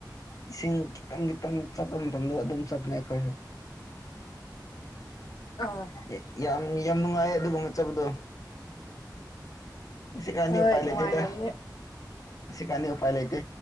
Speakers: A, on the left (about 50°); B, on the left (about 80°).
A: ꯏꯁꯤꯡ ꯈꯤꯇꯪ ꯈꯤꯇꯪ ꯆꯠꯄ ꯃꯇꯝꯗ ꯑꯗꯨꯝ ꯆꯠꯄꯅꯦ ꯑꯩꯈꯣꯏꯁꯨ
B: ꯑꯥ
A: ꯌꯦ ꯌꯥꯝ ꯌꯥꯝ ꯅꯨꯡꯉꯥꯏ ꯑꯗꯨꯒꯨꯝꯕ ꯆꯠꯄꯗꯣ ꯍꯨꯁꯤ ꯀꯥꯟꯗꯤ
B: ꯍꯣꯏ
A: ꯎꯄꯥꯏ
B: ꯅꯨꯡꯉꯥꯏꯔꯝꯅꯤ
A: ꯂꯩꯇꯦꯗ ꯎꯁꯤꯀꯥꯟꯗꯤ ꯎꯄꯥꯏ ꯂꯩꯇꯦ